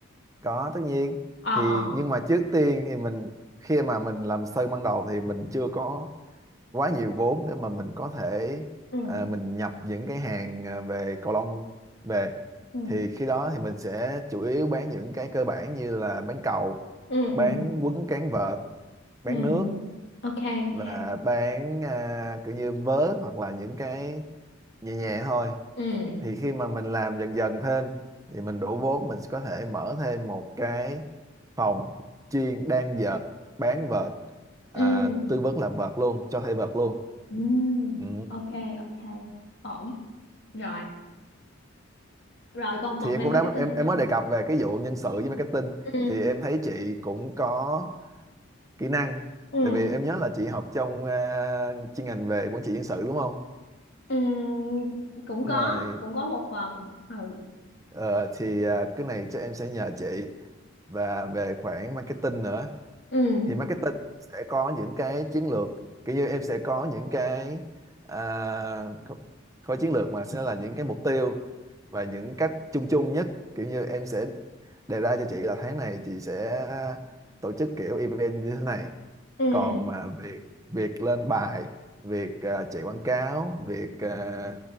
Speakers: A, on the right; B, on the left.
A: có tất nhiên
B: ờ
A: thì
B: ờ
A: nhưng mà
B: ờ
A: trước tiên thì mình khi mà mình làm sơ ban đầu thì mình chưa có quá nhiều vốn để mà mình có thể
B: ừ
A: à, mình nhập những cái hàng à, về cầu lông về
B: ừ
A: thì khi đó thì mình sẽ chủ yếu bán những cái cơ bản như là bán cầu
B: ừ
A: bán
B: ừ
A: quấn cán vợt bán
B: ừ
A: nước
B: ok ok
A: và bán à, kiểu như vớ hoặc là những cái nhẹ nhẹ thôi
B: ừ
A: thì khi mà mình làm dần dần thêm thì mình đủ vốn mình có thể mở thêm một cái phòng chuyên đan vợt bán vợt à,
B: ừ
A: tư vấn làm vợt luôn cho thuê vợt luôn
B: ừ
A: ừ.
B: ok ok ổn rồi rồi còn phần
A: thì em
B: về
A: cũng
B: marketing
A: đã em
B: hay
A: em
B: sao
A: mới đề cập về cái vụ nhân sự với marketing
B: ừ
A: thì em thấy chị cũng có kỹ năng
B: ừ
A: tại vì em nhớ là chị học trong à, chuyên ngành về quản trị nhân sự đúng không
B: ừ cũng
A: đúng
B: có
A: rồi
B: cũng có một phần ừ
A: Ờ, thì à, cái này chắc em sẽ nhờ chị và về khoản marketing nữa
B: ừ
A: thì marketing sẽ có những cái chiến lược kiểu như em sẽ có những cái à, kho- khối chiến lược mà sẽ là những cái mục tiêu và những cách chung chung nhất kiểu như em sẽ đề ra cho chị là tháng này chị sẽ tổ chức kiểu event như thế này
B: ừ
A: còn mà việc việc lên bài việc à, chạy quảng cáo việc à,